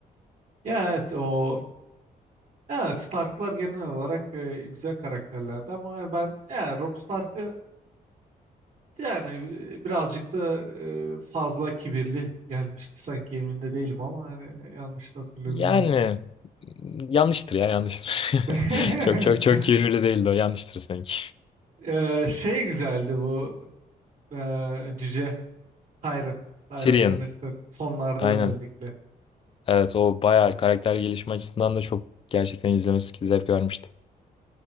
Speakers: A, on the right; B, on the left.
A: ya evet o ya Stark'lar genel olarak e, güzel karakterlerdi ama yani ben ya Robb Stark'ı Yani e, birazcık da e, fazla kibirli gelmişti sanki emin de değilim ama hani yanlış da hatırlamıyorsam.
B: Yani yanlıştır ya yanlıştır.
A: <laughs>
B: <laughs> Çok çok çok kibirli değildi o yanlıştır sanki.
A: Eee, şey güzeldi bu eee, cüce Tyrion. Tyrion
B: Tyrion
A: Lannister sonlarda
B: aynen.
A: özellikle.
B: Evet o bayağı karakter gelişme açısından da çok gerçekten izlemesi zevk vermişti.